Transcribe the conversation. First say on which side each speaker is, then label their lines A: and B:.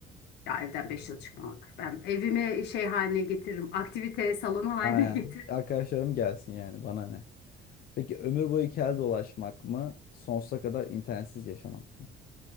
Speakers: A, on the left; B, on the left.
A: Ya evden 5 yıl çıkmamak. Ben evimi şey haline getiririm. Aktivite salonu haline
B: Aynen.
A: <laughs> getiririm.
B: Arkadaşlarım gelsin yani bana ne? Peki ömür boyu kel dolaşmak mı? Sonsuza kadar internetsiz yaşamak mı?